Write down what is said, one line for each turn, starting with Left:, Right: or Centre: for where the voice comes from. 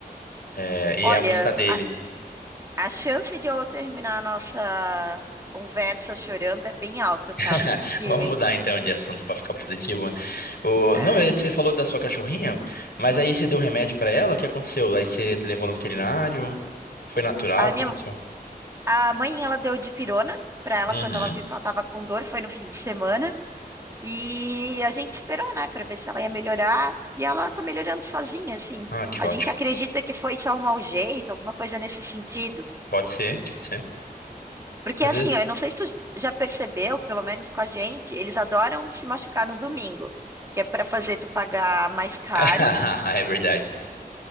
Left: É, e
Right: Olha,
Left: é a música dele.
Right: a, a chance de eu terminar a nossa conversa chorando é bem alta,
Left: <laughs>
Right: tá? Porque
Left: Vamos mudar então de assunto para ficar positivo. né? O...
Right: é,
Left: Não, é que você falou da sua cachorrinha, mas aí você deu remédio para ela? O que aconteceu? Aí você levou no veterinário? Foi natural?
Right: a
Left: O
Right: minha
Left: que aconteceu?
Right: a mãe ela deu dipirona pra ela
Left: Uhum.
Right: quando ela viu que ela tava com dor, foi no fim de semana. E a gente esperou, né, pra ver se ela ia melhorar, e ela tá melhorando sozinha, assim.
Left: Ah, que
Right: A
Left: ótimo.
Right: gente acredita que foi só um mau jeito, alguma coisa nesse sentido.
Left: Pode ser, pode ser.
Right: Porque
Left: Às
Right: assim,
Left: vezes.
Right: ó, eu não sei se tu já percebeu, pelo menos com a gente, eles adoram se machucar no domingo, que é para fazer tu pagar mais caro.
Left: <laughs> É verdade.